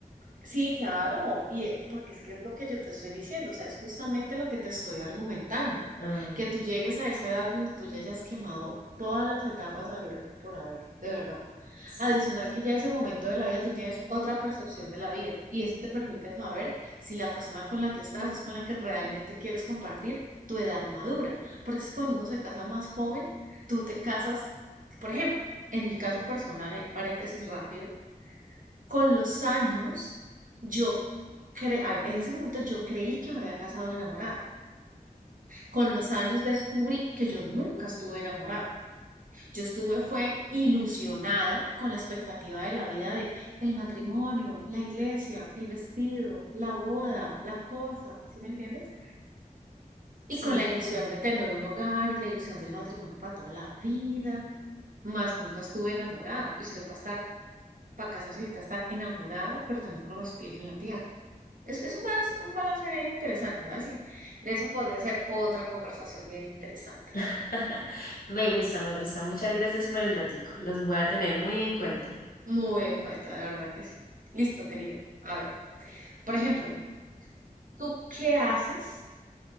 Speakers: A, on the right; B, on the left.
A: Sí, claro, y eh, porque es que es lo que yo te estoy diciendo, o sea, es justamente lo que te estoy argumentando,
B: Ah,
A: que tú llegues a esa edad donde tú ya hayas quemado todas las etapas habidas y por haber, de verdad.
B: sí,
A: Adicional que ya ese momento de la vida tú tienes otra percepción de la vida y eso te permite saber si la persona con la que estás es con la que realmente quieres compartir tu edad madura, porque es que cuando uno se casa más joven, tú te casas, por ejemplo, en mi caso personal, ahí paréntesis rápido con los años, yo, cre a ver, en ese momento yo creí que me había casado enamorada. Con los años descubrí que yo nunca estuve enamorada. Yo estuve, fue ilusionada con la expectativa de la vida de el matrimonio, la iglesia, el vestido, la boda, la cosa, ¿sí me entiendes? Y
B: sí,
A: con la ilusión
B: claro.
A: de tener un hogar y la ilusión del matrimonio para toda la vida. Más nunca estuve enamorada. Y usted para estar, para casarse necesita estar enamorado, pero también con los pies en la tierra. Es, es más un balance bien interesante, ¿sabes? Y de eso podría ser otra conversación bien interesante,
B: <laughs>
A: querida.
B: Me gusta, me gusta. Muchas gracias por el datico. Los voy a tener muy en cuenta.
A: Muy en cuenta, de verdad que sí. Listo, querido. A ver, por ejemplo, ¿tú qué haces